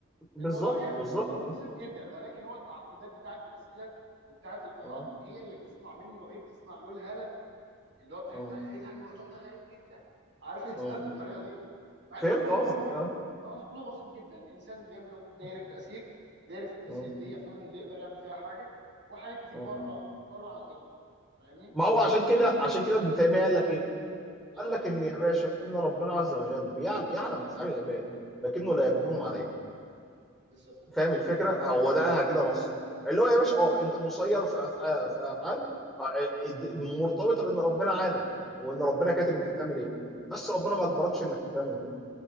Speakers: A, in the centre; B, on the right.
A: بالظبط
B: الموضوع ي-
A: بالظبط
B: ب-
A: م-
B: بسيط جدا ولكن هو التعقيدات بتاعت الاسئله وبتاعت الاراء
A: م-
B: هي اللي بتصنع منه ايه بتصنع له الهاله اللي هو بتاعت
A: م-
B: بقى ايه ده الموضوع ده غريب جدا عارف انت
A: م-
B: <laughs> الطريقه دي مع ان
A: فهمت
B: الموضوع
A: قصدك
B: في,
A: اه
B: في اصله بسيط جدا الانسان بيملك دايره
A: م-
B: تاثير دايره التاثير
A: م-
B: دي هي فعلا اللي يقدر يعمل فيها حاجه وحاجات كتير
A: م.
B: بره بره عن ارادته فاهمني
A: ما هو عشان كده
B: معلش يا
A: عشان
B: صديقي
A: كده ابن تيميه قال لك ايه
B: اه
A: قال لك ان يا باشا ان ربنا عز وجل بيعل- يعلم افعال العباد لكنه لا يجبرهم عليها
B: بالظبط
A: فاهم الفكره هو ده قالها
B: بالظبط
A: كده نصا اللي هو يا باشا اه انت مسير في افعال في افعال آه، آه، مرتبطه بان ربنا عالم وان ربنا كاتب انت هتعمل ايه بس ربنا ما اجبركش انك هتعمل كده